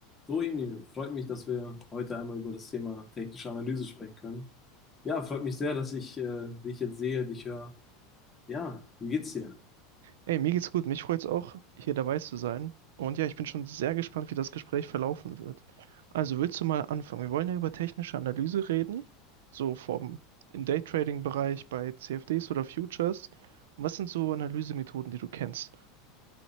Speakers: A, on the left; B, on the right.
A: So, Emil, freut mich, dass wir heute einmal über das Thema technische Analyse sprechen können. Ja, freut mich sehr, dass ich äh, dich jetzt sehe, dich höre. Ja, wie geht's dir?
B: Ey, mir geht's gut. Mich freut's auch, hier dabei zu sein. Und ja, ich bin schon sehr gespannt, wie das Gespräch verlaufen wird. Also, willst du mal anfangen? Wir wollen ja über technische Analyse reden, so vom im Daytrading-Bereich bei CFDs oder Futures. Und was sind so Analysemethoden, die du kennst?